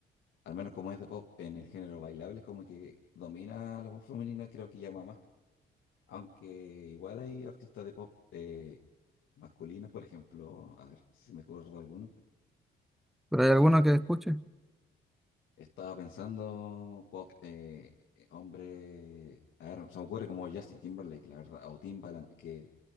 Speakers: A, on the left; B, in the centre.
A: al menos como es de pop, en el género bailable, como que domina la voz femenina, creo que llama más. Aunque igual hay artistas de pop eh, masculinos, por ejemplo, a ver si me acuerdo alguno
B: ¿Pero
A: Eh,
B: hay alguno
A: Justin,
B: que escuche?
A: estaba pensando, pop, eh, eh, hombre, a ver, se me ocurre como Justin Timberlake, la verdad, o Timbaland, que